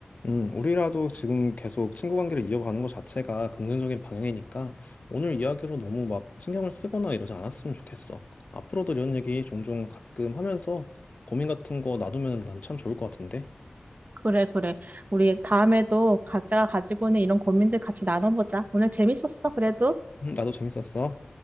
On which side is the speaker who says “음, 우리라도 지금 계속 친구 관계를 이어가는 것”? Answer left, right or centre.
Left